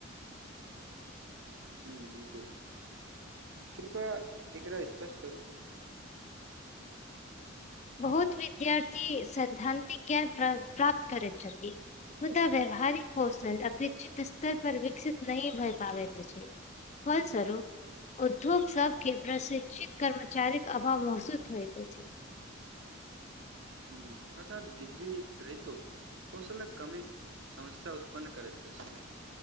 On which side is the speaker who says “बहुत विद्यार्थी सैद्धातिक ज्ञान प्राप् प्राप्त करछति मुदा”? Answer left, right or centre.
Left